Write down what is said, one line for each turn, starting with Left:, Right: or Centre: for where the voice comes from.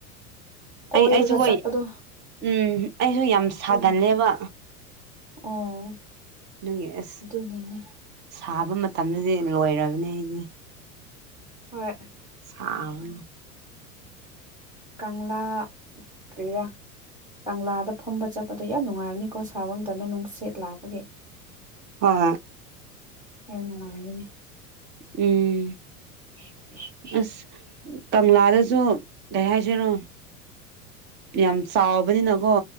Centre: ꯀꯣꯏꯔꯒ
Right: ꯑꯩ ꯑꯩꯁꯨ ꯍꯣꯏ
Centre: ꯆꯠꯄꯗꯣ
Right: ꯎꯝ ꯑꯩꯁꯨ ꯌꯥꯝ
Centre: ꯑꯗꯨꯅ
Right: ꯁꯥꯒꯜꯂꯦꯕ
Centre: ꯑꯣ
Right: ꯗꯨꯒꯤ ꯑꯁ
Centre: ꯑꯗꯨꯅꯅꯦ
Right: ꯁꯥꯕ ꯃꯇꯝꯗꯗꯤ ꯂꯣꯏꯔꯕꯅꯦ ꯑꯩꯗꯤ
Centre: ꯍꯣꯏ
Right: ꯁꯥꯕꯅ
Centre: ꯀꯪꯂꯥ ꯀꯦꯔꯥ ꯀꯪꯂꯥꯗ ꯐꯝꯕ ꯆꯠꯄꯗꯣ ꯌꯥꯝ ꯅꯨꯡꯉꯥꯏꯕꯅꯤꯀꯣ ꯁꯥꯕ ꯃꯝꯇꯗ ꯅꯨꯡꯁꯤꯠ ꯂꯥꯛꯄꯒꯤ
Right: ꯍꯣꯏ
Centre: ꯌꯥꯝ ꯅꯨꯡꯉꯥꯏꯕꯅꯤ
Right: ꯎꯝ
Centre: <unintelligible>
Right: ꯑꯁ ꯀꯪꯂꯥꯗꯁꯨ ꯀꯩ ꯍꯥꯏꯁꯤꯔꯣ ꯌꯥꯝ ꯆꯥꯎꯕꯅꯤꯅꯀꯣ